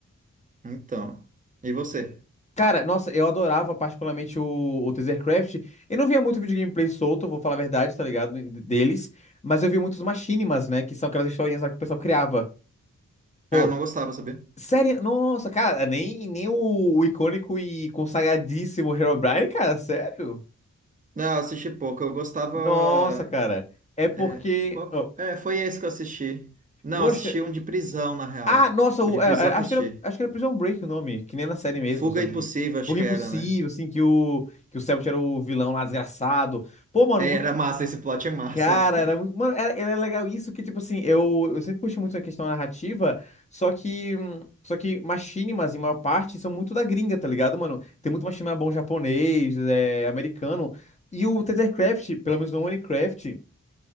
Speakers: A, on the right; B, on the left.
A: Então. E você?
B: Cara, nossa, eu adorava particularmente o, o Tasercraft. Eu não via muito vídeo gameplay solto, vou falar a verdade, tá ligado? Deles. Mas eu via muitos machinimas, né? Que são aquelas historinhas lá que o pessoal criava. Pô,
A: Ah, eu não gostava, sabia?
B: sério? Nossa, cara, nem, nem o, o icônico e consagradíssimo Herobrine, cara, sério?
A: Não, eu assisti pouco. Eu gostava.
B: Nossa, cara. É porque.
A: É, qual...
B: ó,
A: é, foi esse que eu assisti. Não,
B: Poxa.
A: assisti um de prisão, na real.
B: Ah, nossa,
A: O
B: o-
A: de prisão
B: é, é,
A: que
B: acho
A: eu assisti.
B: que era, acho que era Prison Break o nome, que nem na série mesmo,
A: Fuga
B: se eu
A: Impossível,
B: não me engano.
A: acho
B: Porque
A: que
B: impossível,
A: era, né?
B: assim, que o, que o Cellbit era o vilão lá, desgraçado. Pô, mano,
A: É,
B: muito.
A: era massa, esse plot é massa,
B: Cara,
A: <laughs> velho.
B: era muito. Mano, era, era legal isso, que, tipo assim, eu, eu sempre curti muito a questão narrativa, só que. hum, Só que machinimas, em maior parte, são muito da gringa, tá ligado, mano? Tem muito machinima bom japonês, é, americano. E o Tethercraft, pelo menos no Minecraft